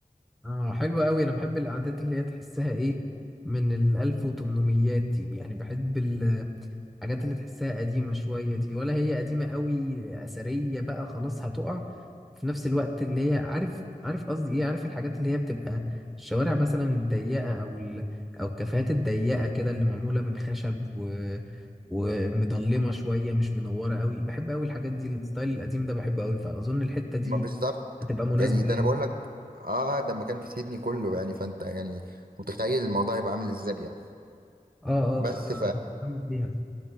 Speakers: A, in the centre; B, on the right.
A: اه حلو قوي انا بحب القعدات اللي هي تحسها ايه من ال 1800 دي يعني بحب الحاجات اللي تحسها قديمة شوية دي ولا هي قديمة قوي أثرية بقى خلاص هتقع وفي نفس الوقت اللي هي عارف عارف قصدي إيه عارف الحاجات اللي هي بتبقى الشوارع مثلا الضيقة أو ال... أو الكافيهات الضيقة كده اللي معمولة من خشب و... ومضلمة شوية مش منورة قوي بحب قوي الحاجات دي الستايل القديم ده بحبه قوي فأظن الحتة دي
B: ما بالظبط
A: هتبقى مناسبة
B: يعني
A: ليا
B: ده انا بقول لك اه ده مكان في سيدني كله يعني فانت يعني متخيل الموضوع هيبقى عامل ازاي يعني
A: اه
B: بس
A: اه ف- هعمل فيها